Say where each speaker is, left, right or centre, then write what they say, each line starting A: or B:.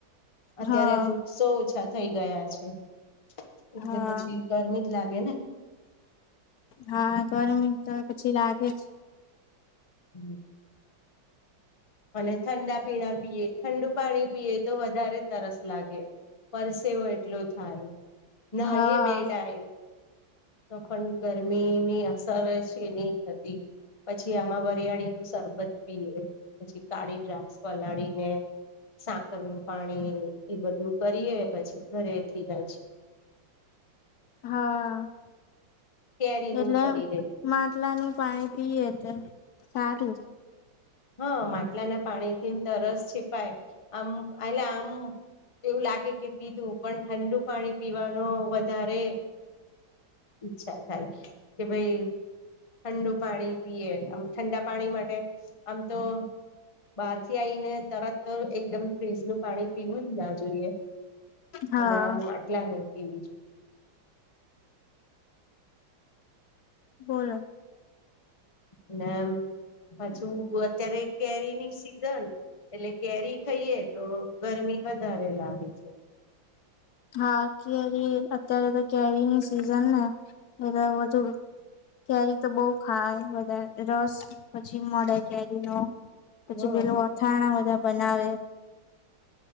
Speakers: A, on the left (about 25°); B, on the left (about 75°).
A: અત્યારે
B: હા
A: વૃક્ષો ઓછા થઈ ગયા છે. એટલે
B: હા
A: પછી ગરમી જ લાગે ને
B: હા, તર તો પછી લાગે છે.
A: <inaudible> અને ઠંડા પીણા પીએ ઠંડુ પાણી પીએ તો વધારે તરસ લાગે પરસેવો એટલો થાય, ના
B: હા
A: એ બેટા એ તો પણ ગરમીની અસર છે, નહી થતી. પછી આમાં વરિયાળીનું સરરબત પીએ પછી કાળી દ્રાક્ષ પલાળીને સાકર નું પાણી એ બધું કરીએ પછી ઘરેથી જજ <inaudible>
B: હા,
A: કેરીનું
B: એટલે
A: કરી દઈ
B: માટલાનું પાણી ઈ એ તો સારું.
A: હા માટલા ના પાણી થી તરસ છીપાય આમ એટલે આમ એવું લાગે કે પીધું પણ ઠંડુ પાણી પીવાનો વ ધારે ઈચ્છા થાય. કે ભાઈ ઠંડુ પાણી પીયે ઠંડા પાણી માટે આમ તો બારથી આઈને તરત એકદમ ફ્રીજનું પાણી પીવું જ ના જોઈએ
B: હા
A: અને માટલાનું પીવું જો
B: બોલો
A: અને આમ પાછુ અત્યારે કેરી ની સિઝન એટલે કેરી ખઈએે તો ગરમી વધારે લાગે છે
B: હા કેરી અત્યારે તો કેરી ની સિઝન ને એ વધુ કેરી તો બઉ ખાય બધા રસ પછી મળે કેરી નો પછી
A: હ
B: પેલું અથાણા બધા બનાવે